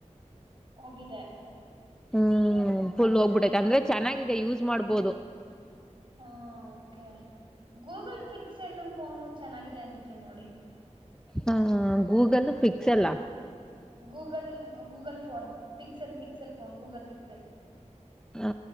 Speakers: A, on the right; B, in the centre.
A: ಹೋಗಿದೆ
B: ಹ್ಮ ಫುಲ್ ಹೋಗ್ಬಿೈ,
A: ಇದು
B: ಅಂದ್ರೆ ಚಾನ್ನಾಗಿದೆ ಯೂಸ್ ಮಾಡ್ಬೋದು.
A: ಹಾ ಕೆ ಗೂಗಲ್ ಫಿಕ್ಸ್ ಎಲ್ಲೂ ಫೋನು ಚೆನ್ನಾಗಿದೆ ಅಂತ <inaudible> ನೋಡಿ.
B: ಹಾ ಗೂಗಲ್ ಫಿಕ್ಸ್ ಎಲ್ಳ್?
A: Google Google phone fix fix phone Google pixel
B: ಹ